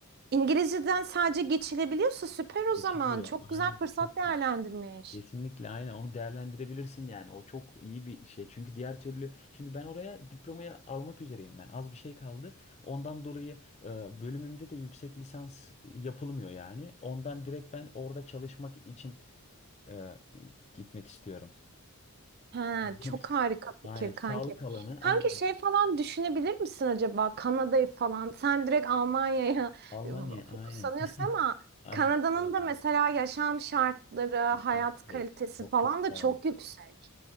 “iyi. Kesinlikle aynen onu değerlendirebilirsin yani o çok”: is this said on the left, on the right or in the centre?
Left